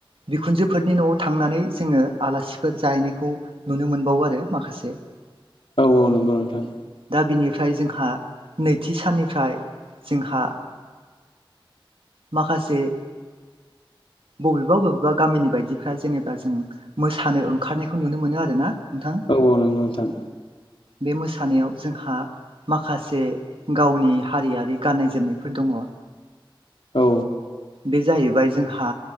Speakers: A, on the right; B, on the left.
A: बिखुनजोफोरनि न'आव थांनानै जोंङो आलासिफोर जाहैनायखौ नुनो मोनबावो आरो माखासे
B: औ औ नंगौ नोंथां
A: दा बिनिफ्राय जोंहा नैथि साननिफ्राय जोंहा माखासे बबेबा बबेबा गामिनि बायदिफ्रा जेनेबा जों मोसानो ओंखारनायखौ नुनो मोनो आरोना नोंथां
B: औ औ नोंगौ नोंथां
A: बे मोसानायाव जोंहा माखासे गावनि हारियारि गाननाय जोमनायफोर दङ
B: औ
A: बे जाहैबाय जोंहा